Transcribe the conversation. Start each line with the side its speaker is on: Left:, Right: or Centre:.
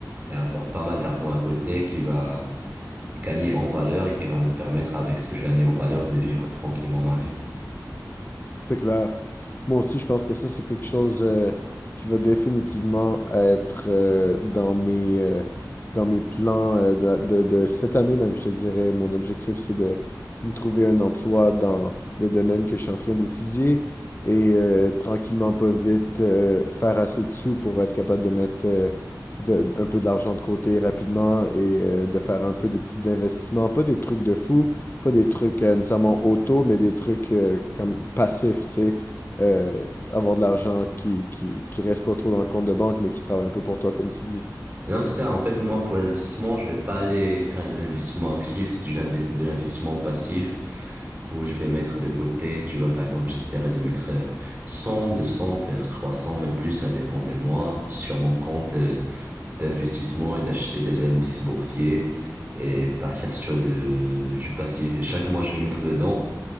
Right: et avoir pas mal d'argent à côté qui va gagner en valeur et qui va me permettre avec ce que je gagne en valeur de vivre tranquillement ma vie.
Left: C'est clair. Moi aussi, je pense que ça, c'est quelque chose euh, qui va définitivement être euh, dans mes, euh, dans mes plans euh, de, la- de- de cette année même, je te dirais. Mon objectif, c'est de me trouver un emploi dans le domaine que je suis en train d'étudier et euh, tranquillement, pas vite, euh, faire assez de sous pour être capable de mettre euh, de- un peu de l'argent de côté rapidement et euh, de faire un peu des petits investissements, pas des trucs de fou, pas des trucs euh, nécessairement auto, mais des trucs euh, comme passifs, tu sais. Euh, avoir de l'argent qui, qui, qui reste pas trop dans le compte de banque, mais qui travaille un peu pour toi, comme tu dis.
Right: Non, c'est ça. En fait, moi, pour l'investissement, je vais pas aller faire de l'investissement actif, c'est du l'inve- de l'investissement passif où je vais mettre de côté. Tu vois, par exemple, j'essaierai de mettre euh, cent, deux cents peut-être 300 même plus, ça dépend des mois, sur mon compte euh, d'investissement et d'acheter des indices boursiers et partir sur de, du passif. Et chaque mois, je vais mettre dedans